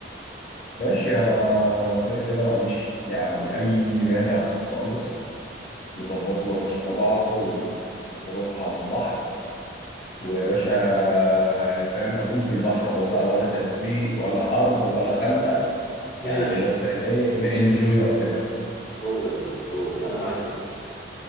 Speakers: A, on the left (about 35°); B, on the left (about 55°).
A: ماشي انا كده كده ما عنديش يعني اي مانع خالص نظبطه يا باشا طلعه ونروح على البحر ويا باشا يعني فاهم هنكون في البحر اهو بقى ولا تلزيق ولا حر ولا خنقه
B: ماشي
A: يعني بس احنا ايه ننجوي وقتنا بس
B: هو ده هو ده انا معاك يا باشا